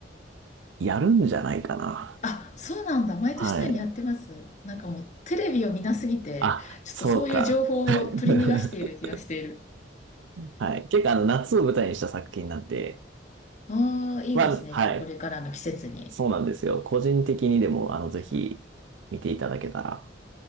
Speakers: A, on the right; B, on the left.
A: やるんじゃないかな。
B: あ、そうなんだ。毎年のようにやってます。
A: はい。
B: なんかもうテレビを見なすぎて、
A: あ、
B: ちょっとそういう情報を取り逃がしている気がしている。
A: そうか。<laughs> はい。結構あの、夏を舞台にした作品なんで、
B: ああ、いいですね。
A: まあ、はい。
B: じゃあこれからの季節に。
A: そうなんですよ。個人的にでも、あの、ぜひ見ていただけたら。